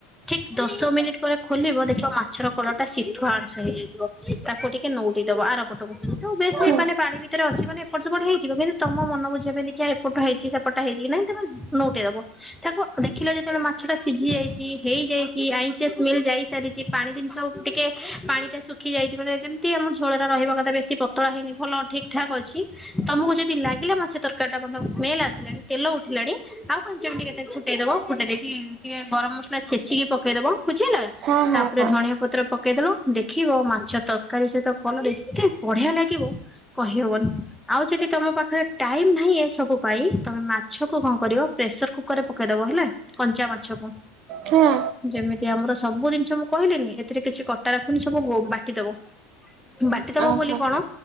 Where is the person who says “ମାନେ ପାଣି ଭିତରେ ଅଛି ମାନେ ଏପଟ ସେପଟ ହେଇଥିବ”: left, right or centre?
Centre